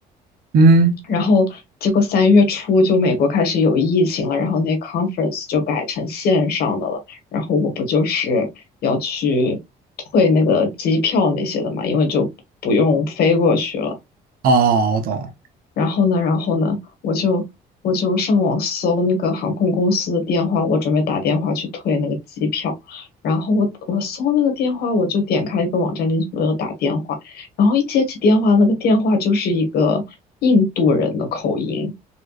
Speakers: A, on the right; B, on the left.
A: 嗯，
B: 然后结果三月初就美国开始有疫情了，然后那 conference 就改成线上的了。然后我不就是要去退那个机票那些的嘛，因为就不用飞过去了。
A: 哦，我懂，
B: 然后呢，然后呢，我就我就上网搜那个航空公司的电话，我准备打电话去退那个机票。然后我我搜那个电话，我就点开一个网站进去，我就打电话。然后一接起电话，那个电话就是一个印度人的口音